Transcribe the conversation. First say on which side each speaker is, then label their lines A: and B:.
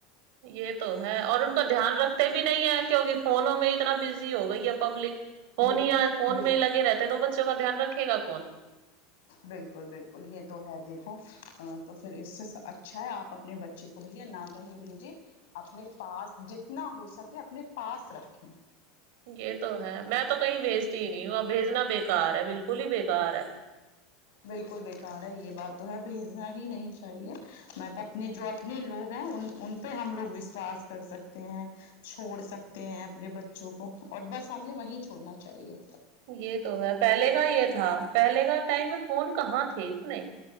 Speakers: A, on the right; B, on the left.
A: یہ تو ہے اور ان کو دھیان رکھتے بھی نہیں ہے کیونک فونوں میں اتنا بزی ہو گئی ہے پبلک فون
B: بال
A: ہی فون
B: بالکل
A: میں لگے رہتے ہیں تو بچوں کا دھیان رکھ رکھے گا کون
B: بالکل بالکل یہ تو ہے دیکھو تو پھر اس سے اچھا ہے آپ اپنے بچے کو بھیا نہ کہیں بھیجیں اپنے پاس جتنا ہو سکے اپنے پاس رکھیں
A: یہ تو ہے میں تو کہیں بھیجتی ہی نہیں ہوں اور بھیجنا بھی بےکار ہے بالکل ہی بےکار ہے
B: بالکل بیکار ہے یہ بات تو ہے بھیجنا ہی نہیں چاہیے میں تو اپنے جو اپنے لوگ ہیں ان ان پہ ہم لوگ وشواس کر سکتے ہیں چھوڑ سکتے ہیں اپنے بچوں کو اور بس ہمیں وہی چھوڑنا چاہیے
A: یہ تو ہے پہلے کا یہ تھا پہلے کا ٹائم میں فون کہاں تھے اتنے